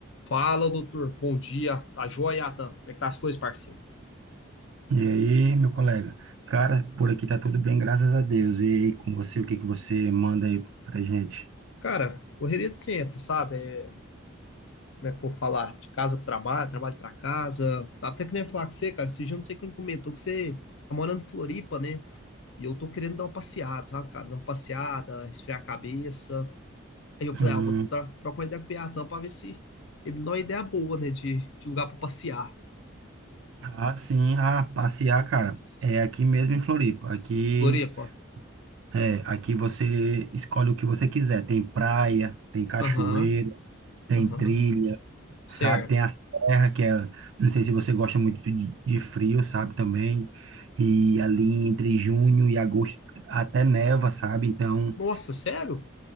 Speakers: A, on the left; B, on the right.
A: Fala, doutor. Bom dia. Tá joia, Atan? Como é que tá as coisas, parceiro?
B: E aí, meu colega? Cara, por aqui tá tudo bem, graças a Deus. E aí, com você, o que que você manda aí pra gente?
A: Cara, correria de sempre, sabe? É, como é que eu vou falar? De casa pro trabalho, trabalho pra casa. Tava até querendo falar com você, cara. Esse dia eu não sei quem comentou que você tá morando em Floripa, né? E eu tô querendo dar uma passeada, sabe, cara? Dar uma passeada, esfriar a cabeça. Aí eu falei,
B: Hum,
A: ah, eu vou tro trocar uma ideia com o Atan pra ver se ele me dá uma ideia boa, né? De, de lugar pra passear.
B: ah, sim, ah, passear, cara. É aqui mesmo em Floripa. Aqui,
A: Floripa.
B: é, aqui você escolhe o que você quiser. Tem praia, tem cachoeira,
A: Aham,
B: tem
A: aham.
B: trilha,
A: Certo.
B: sabe? Tem a serra, que é, não sei se você gosta muito de, de frio, sabe, também. E ali entre junho e agosto até neva, sabe? Então,
A: Nossa, sério?